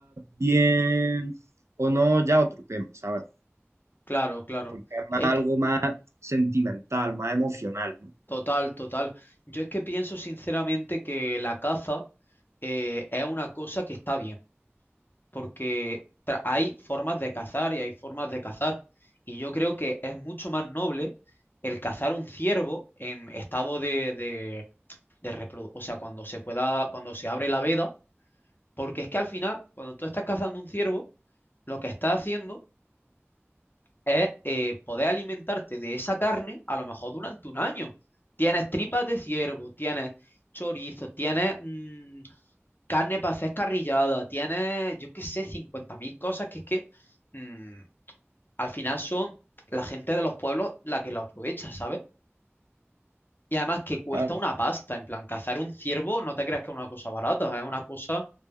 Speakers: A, on the right; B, on the left.
A: bien o no, ya otro tema, ¿sabes?
B: claro, claro.
A: Porque es
B: Es
A: más algo
B: que-
A: más sentimental, más emocional, ¿no?
B: Total, total. Yo es que pienso sinceramente que la caza eh, es una cosa que está bien, porque tra- hay formas de cazar y hay formas de cazar. Y yo creo que es mucho más noble el cazar un ciervo en estado de, de, de reprodu- o sea, cuando se pueda, cuando se abre la veda, porque es que al final, cuando tú estás cazando un ciervo, lo que estás haciendo es eh, poder alimentarte de esa carne a lo mejor durante un año. Tienes tripas de ciervo, tienes chorizo, tienes mm, carne para hacer carrillada, tienes, yo qué sé, 50.000 cosas que es que mm, al final son la gente de los pueblos la que lo aprovecha, ¿sabes? Y además que cuesta
A: Claro.
B: una pasta, en plan, cazar un ciervo no te creas que es una cosa barata, es una cosa